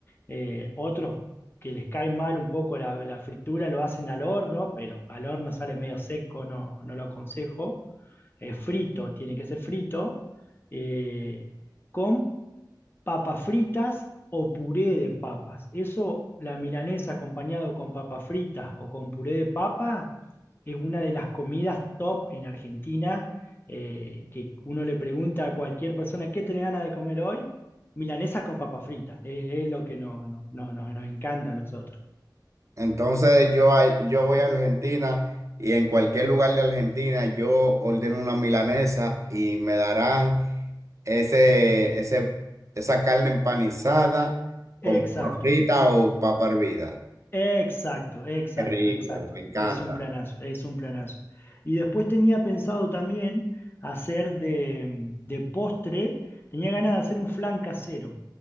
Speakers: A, on the left; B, on the right.
A: eh, otros que les cae mal un poco la, la fritura lo hacen al horno, pero al horno sale medio seco, no, no lo aconsejo. Eh, frito, tiene que ser frito. eh, con papas fritas o puré de papas. Eso, la milanesa acompañado con papas fritas o con puré de papa, es una de las comidas top en Argentina, eh, que uno le pregunta a cualquier persona, ¿qué tiene ganas de comer hoy? Milanesa con papas fritas, es, es lo que no- no- no- nos nos encanta a nosotros.
B: Entonces yo, a- yo voy a Argentina y en cualquier lugar de Argentina yo ordeno una milanesa y me darán ese, ese, esa carne empanizada con
A: Exacto.
B: papa frita o papa hervida.
A: Exacto, exacto,
B: Qué rico,
A: exacto.
B: me encanta.
A: Es un planazo, es un planazo. Y después tenía pensado también hacer de, de postre, tenía ganas de hacer un flan casero.